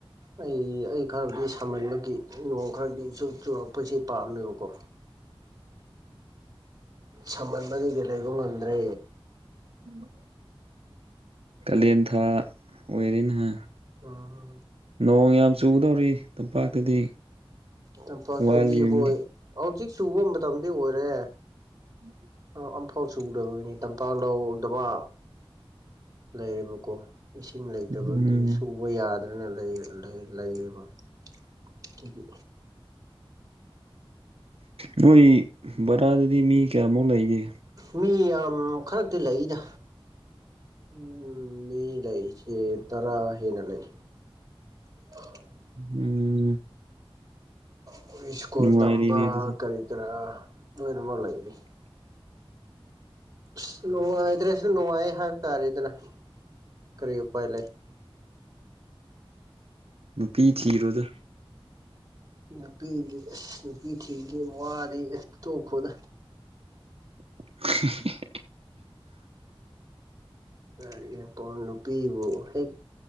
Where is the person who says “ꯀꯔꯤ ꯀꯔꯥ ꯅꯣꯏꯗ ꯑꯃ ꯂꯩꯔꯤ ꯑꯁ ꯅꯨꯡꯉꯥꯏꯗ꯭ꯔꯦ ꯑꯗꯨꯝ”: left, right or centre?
Right